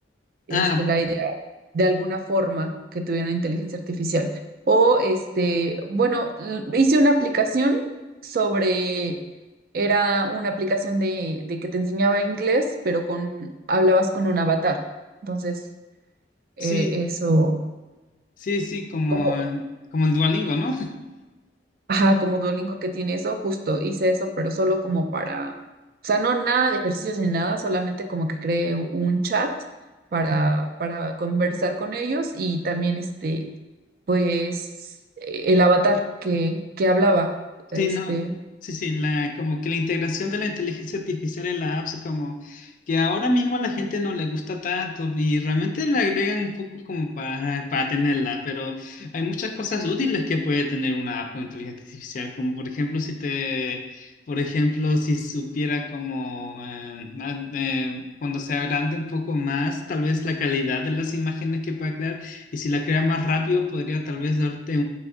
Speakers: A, on the right; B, on the left.
A: este,
B: Ah,
A: la idea de alguna forma que tuviera inteligencia artificial. O, este, bueno, l- hice una aplicación sobre, era una aplicación de, de que te enseñaba inglés, pero con, hablabas con un avatar. Entonces, eh,
B: Sí,
A: eso,
B: Sí, sí, como,
A: como,
B: como el Duolingo, ¿no?
A: ajá, como Duolingo que tiene eso, justo hice eso, pero solo como para, o sea, no nada de ejercicios ni nada, solamente como que creé un chat para, para conversar con ellos y también este pues eh, el avatar que, que hablaba. Este,
B: Sí, no, sí, sí, la, como que la integración de la inteligencia artificial en la apps, como que ahora mismo a la gente no le gusta tanto y realmente le agregan un poco como para, para tenerla, pero hay muchas cosas útiles que puede tener una app con inteligencia artificial, como por ejemplo si te, por ejemplo, si supiera como eh, ah, eh, cuando se agrande un poco más, tal vez la calidad de las imágenes que pueda crear y si la crea más rápido podría tal vez darte